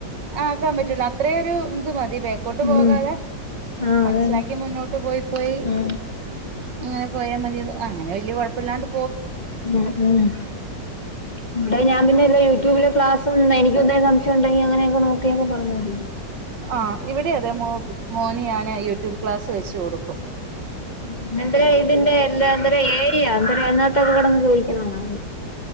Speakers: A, on the right; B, on the left.
A: ആഹ് ആക്കാൻ പറ്റൂല അത്രയൊരു ഇത് മതി ബേക്ക് ലോട്ട് പോകാതെ
B: ഉം ആഹ്
A: മനസ്സിലാക്കി
B: അതെന്നെ
A: മുന്നോ ട്ട് പോയി പോയി
B: ഉം
A: അങ്ങനെ പോയാൽ മതി ആ അങ്ങനെ വലിയ കൊഴപ്പല്ലാണ്ട്
B: ഉം ഉം ഇവിടെ അത് ഞാൻ പിന്നെ ലെ യൂടൂബ് ല് ക്ലാസ് ഉണ്ടെനിക്കെന്തേം സംശയണ്ടെങ്കി അങ്ങനെയെക്കെ നോക്കിയൊക്കെ അങ്ങ് പർഞ്ഞാതി
A: ആഹ് ഇവിടെ അതെ മോ മോന് ഞാന് യൂടൂബ് ക്ലാസ് സ്സ് വെച്ച് കൊട്ക്കും
B: പിന്നെന്തെരോ ഇതിന്റെ എല്ലാം എന്തരോ ഏരിയ എന്തരോ അതിനകത്തൊക്കെ കിടന്നു ചോദിക്കുന്ന കാണാം